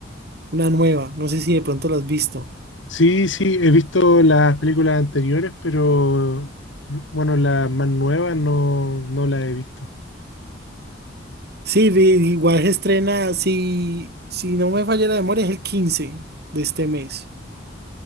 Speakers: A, on the right; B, on the left.
A: una nueva. No sé si de pronto lo has visto.
B: Sí, sí, he visto las películas anteriores, pero mm, bueno, las más nuevas no, no las he visto.
A: Sí, vi- igual se estrena, si, si no me falla la memoria, es el 15 de este mes.